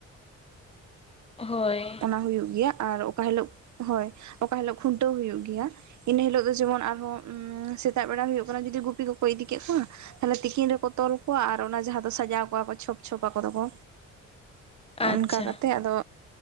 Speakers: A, on the left (about 20°); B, on the right (about 70°).
A: ᱦᱳᱭ ᱾
B: ᱚᱱᱟ ᱦᱩᱭᱩᱜ ᱜᱮᱭᱟ ᱟᱨ ᱚᱠᱟ ᱦᱤᱞᱳᱜ ᱦᱳᱭ ᱚᱠᱟ ᱦᱤᱞᱳᱜ ᱠᱷᱩᱱᱴᱟᱹᱣ ᱦᱩᱭᱩᱜ ᱜᱮᱭᱟ ᱾ ᱤᱱᱟᱹ ᱦᱤᱞᱳᱜ ᱫᱚ ᱡᱮᱢᱚᱱ ᱟᱨᱦᱚᱸ ᱥᱮᱛᱟᱜ ᱵᱮᱲᱟ ᱦᱳᱭᱳᱜ ᱠᱟᱱᱟ ᱡᱩᱫᱤ ᱜᱩᱯᱤ ᱠᱚᱠᱚ ᱤᱫᱤ ᱠᱮᱜ ᱠᱚᱣᱟ, ᱛᱟᱦᱞᱮ ᱛᱤᱠᱤᱱ ᱨᱮᱠᱚ ᱛᱚᱞ ᱠᱚᱣᱟ ᱟᱨ ᱚᱱᱟ ᱡᱟᱦᱟᱸ ᱫᱚ ᱥᱟᱡᱟᱣ ᱠᱚᱣᱟ ᱠᱚ ᱪᱷᱚᱯ ᱪᱷᱚᱯ ᱟᱠᱚ ᱫᱚ ᱠᱚ᱾
A: ᱟᱪᱪᱷᱟ
B: ᱚᱱᱠᱟ ᱠᱟᱛᱮ ᱟᱫᱚ